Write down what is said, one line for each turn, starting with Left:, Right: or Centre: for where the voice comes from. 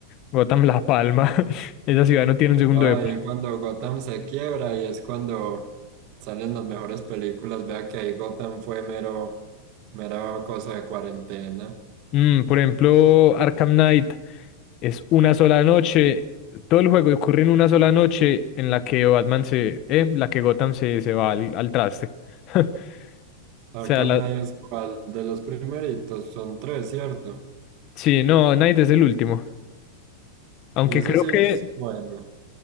Left: Gotham La Palma, <laughs> esa ciudad no tiene un segundo
Right: Ahí
Left: de...
Right: cuando Gotham se quiebra y es cuando salen las mejores películas. Vea que ahí Gotham fue mero, mero cosa de cuarentena.
Left: Mm, por ejemplo, Arkham Knight es una sola noche. Todo el juego ocurre en una sola noche en la que Batman se, eh, la que Gotham se, se va al, al traste. <laughs>
Right: Arkham
Left: O sea, la-
Right: Knight es cual de los primeritos, son tres, ¿cierto?
Left: sí, no, Knight es el último. Aunque
Right: Y eso
Left: creo
Right: sí
Left: que
Right: es bueno.